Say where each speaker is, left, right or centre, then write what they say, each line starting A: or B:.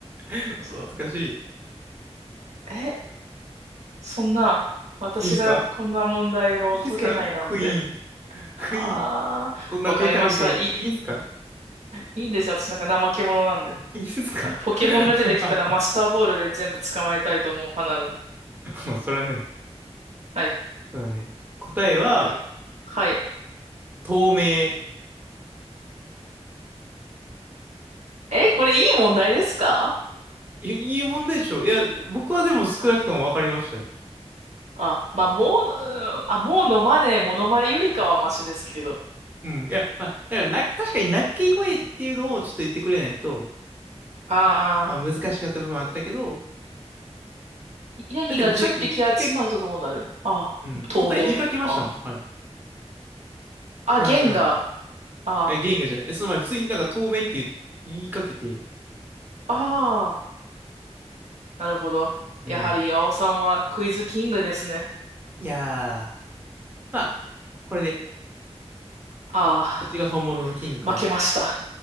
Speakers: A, on the right; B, on the right.
A: 懐かしい。
B: そう。え、そんな、私がこんな問題を解けないなんて。
A: いいんすかいいんすかクイーン。
B: あー、
A: クイーン、そんな手たらくていいんすか
B: わかりました。いい、<laughs> いいんですよ。私なんか怠け者なんで。
A: いいんすか
B: あの、ポケモンが出てきたらマスターボールで全部捕まえたいと思う派なので。
A: <laughs> まあ、それはね、
B: はい。
A: それはね、答えは、
B: はい。はい。
A: 透明。
B: え、これいい問題ですか
A: いいい問題でしょいや、僕はでも少なくとも分かりましたよ。
B: あ、あ、まあ、もうの、あ、もうのマネー、モノマネよりかはマシですけど。
A: うん。いや、まあ、だからな、確かに鳴き声っていうのをちょっと言ってくれないと、
B: ああ、
A: まあ、難しかった部分はあったけど、
B: ヤギが10匹集まるとどうなるああ、
A: だって僕さっき一回、うん、
B: 透明。
A: 答え言いかけましたもん。
B: あ
A: はい。話しながら。
B: あ、あゲンガー。あ
A: え、ゲンガじゃない。え、その前、普通になんか透明って言い言いかけて、
B: あ、ああ、なるほど。
A: うん
B: やはり岩尾さんはクイズキングですね。
A: いやー、まあ、これで、
B: ああ、
A: どっちが本物のキングかは。
B: 負けました。